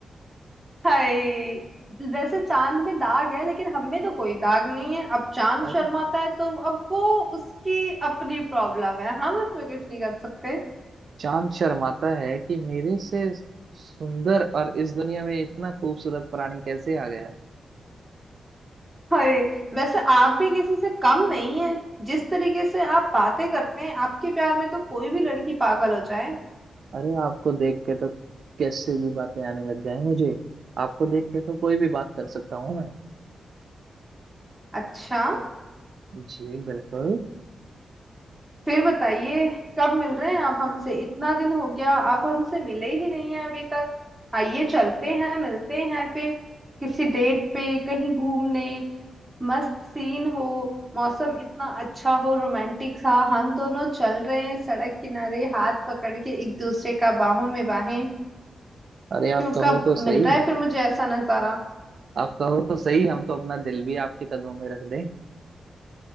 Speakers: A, in the centre; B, on the right.
A: हाय वैसे चांद में दाग है लेकिन हम में तो कोई दाग नहीं है अब चांद
B: अरे
A: शर्माता है तो अब वो उसकी अपनी प्रॉब्लम है हम उसमें कुछ नहीं कर सकते
B: चांद शर्माता है कि मेरे से सुंदर और इस दुनिया में इतना खूबसूरत प्राणी कैसे आ गया
A: हाय वैसे आप भी किसी से कम नहीं है जिस तरीके से आप बातें करते हैं आपके प्यार में तो कोई भी लड़की पागल हो जाए
B: अरे आपको देख के तो कैसे भी बातें आने लग जाए मुझे आपको देख के तो कोई भी बात कर सकता हूँ मैं
A: अच्छा
B: जी बिल्कुल
A: फिर बताइए कब मिल रहे हैं आप हमसे इतना दिन हो गया आप हमसे मिले ही नहीं हैं अभी तक आइए चलते हैं मिलते हैं फिर किसी डेट पे कहीं घूमने मस्त सीन हो मौसम इतना अच्छा हो रोमांटिक सा हम दोनों चल रहे हैं सड़क किनारे हाथ पकड़ के एक दूसरे का बाहों में बाहें
B: अरे आप
A: क्यों
B: कहो
A: कब
B: तो सही
A: मिल रहा है फिर मुझे ऐसा नजारा
B: आप कहो तो सही हम तो अपना दिल भी आपके कदमों में रख दें